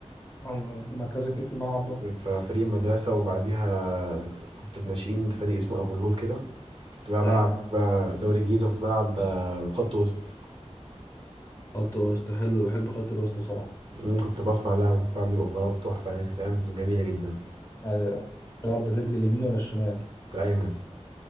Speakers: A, on the left (about 25°); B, on the right (about 45°).
A: ايوه مركزك ايه في الملعب بقى؟
B: في فريق المدرسة وبعديها كنت في ناشئين فريق اسمه ابو الهول كده كنت بقى بلعب
A: ايوه
B: هناك بقى دوري الجيزة كنت بلعب آه، خط وسط
A: خط وسط حلو بحب خط الوسط بصراحه
B: مم، كنت بصنع لعب كنت بعمل اوفرات تحفة يعني كانت ايام جميلة جدا
A: ايوه تلعب بالرجل اليمين ولا الشمال؟
B: دايما